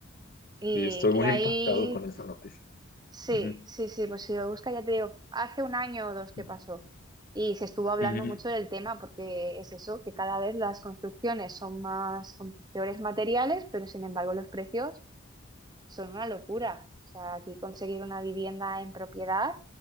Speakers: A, on the right; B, on the left.
A: Y,
B: sí, estoy
A: y
B: muy
A: ahí
B: impactado con esa noticia.
A: Sí,
B: Ujú,
A: sí, sí, pues si lo busca, ya te digo, hace un año o dos que
B: ujú,
A: pasó y se estuvo hablando
B: ujú,
A: mucho del tema porque es eso, que cada vez las construcciones son más con peores materiales, pero sin embargo los precios son una locura. O sea, aquí conseguir una vivienda en propiedad